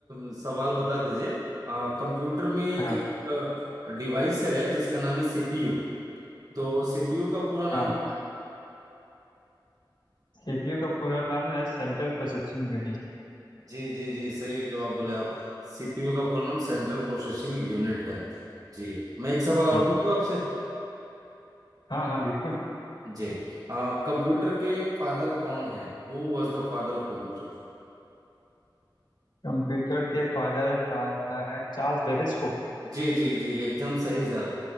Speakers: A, on the right (about 50°); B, on the left (about 70°).
A: अ, सवाल बता दीजिए अ, कंप्यूटर में एक
B: हाँ
A: डिवाइस है जिसका नाम है सीपीयू तो सीपीयू का पूरा नाम
B: हाँ सीपीयू का पूरा नाम है सेंट्रल प्रोसेसिंग यूनिट
A: जी जी जी सही जवाब बोले आप सीपीयू का पूरा नाम सेंट्रल प्रोसेसिंग यूनिट है जी मैं एक सवाल और
B: हाँ
A: पूछूं आपसे
B: हाँ हाँ बिल्कुल
A: जी आ, कंप्यूटर के फादर कौन है Who was the father of computer
B: कंप्यूटर के फादर है चार्ल्स बेबेज को
A: जी जी जी एकदम सही sir